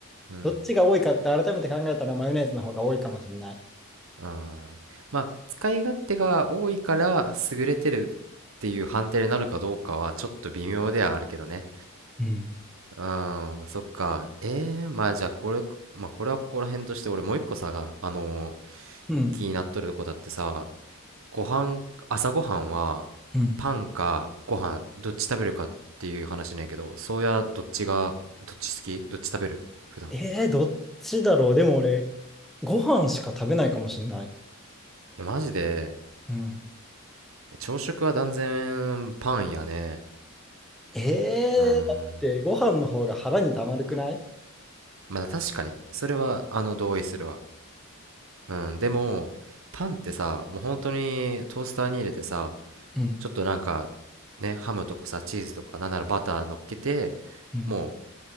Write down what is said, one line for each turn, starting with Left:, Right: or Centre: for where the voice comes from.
Right: うん。
Centre: どっちが多いかって改めて考えたらマヨネーズの方が多いかもしれない。
Right: あーまあ、使い勝手が多いから優れてるっていう判定になるかどうかはちょっと微妙ではあるけどね。
Centre: うん。
Right: うん、そっか。えー、まあじゃあこれ、まあこれはここら辺として俺もう一個さ、あのー
Centre: うん。
Right: 気になっとる子だってさ、ご飯朝ごはんは
Centre: うん。
Right: パンかご飯どっち食べるかっていう話ねんけどそうやどっちがどっち好きどっち食べる普段
Centre: えー、どっちだろう。でも俺、ご飯しか食べないかもしれない。
Right: えマジで
Centre: うん。
Right: 朝食は断然パンやね
Centre: えー、
Right: うん
Centre: だってご飯の方が腹にたまるくない
Right: まあ確かにそれはあの同意するわうんでもパンってさもう本当にトースターに入れてさ
Centre: うん。
Right: ちょっとなんかねハムとかさチーズとかなんならバター乗っけて
Centre: うん。
Right: も